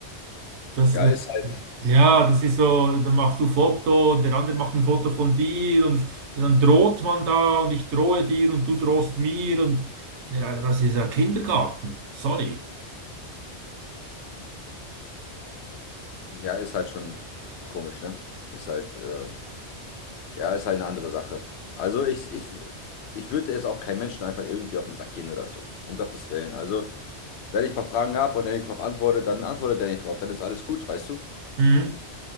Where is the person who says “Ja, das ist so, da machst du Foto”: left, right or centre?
Right